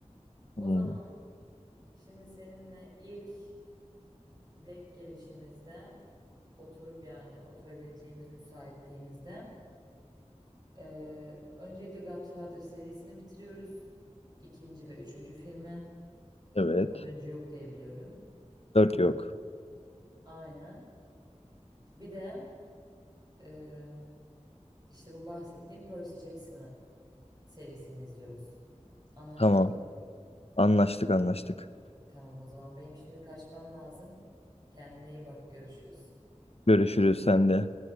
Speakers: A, on the left; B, on the right.
A: Hmm,
B: O zaman şimdi seninle ilk denk gelişimizde oturup yani oturabileceğimiz müsaitliğimizde Ee, öncelikle Godfather serisini bitiriyoruz. İkinci ve üçüncü filmi.
A: evet.
B: Dördüncü yok diye biliyorum.
A: Dört yok.
B: Aynen. Bir de e, işte bu bahsettiğim Percy Jackson'ı serisini izliyoruz. Anlaştık.
A: Tamam. Anlaştık anlaştık.
B: Tamam o zaman benim şimdi kaçmam lazım. Kendine iyi bak görüşürüz.
A: Görüşürüz sen de.